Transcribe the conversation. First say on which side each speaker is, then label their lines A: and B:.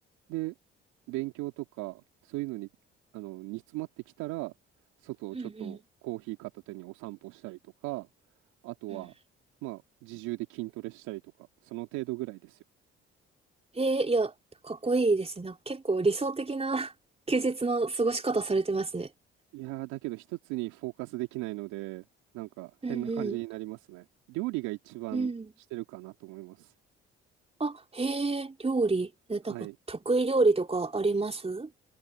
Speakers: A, on the right; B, on the right.
A: で、勉強とか、そういうのに、あの、煮詰まってきたら、外をちょっとコーヒー片手にお散歩したりとか、
B: うんうん。うんうん。
A: あとは、
B: うん
A: まあ、自重で筋トレしたりとか、その程度ぐらいですよ。
B: えー、いや、かっこいいですね。なんか結構理想的な <laughs> 休日の過ごし方されてますね。
A: いやー、だけど一つにフォーカスできないので、なんか変な感じになりますね。
B: うんう
A: 料理が一番してるかなと思います。
B: ん。うん。あ、へえ、料理。え、
A: はい。
B: なんか得意料理とかあります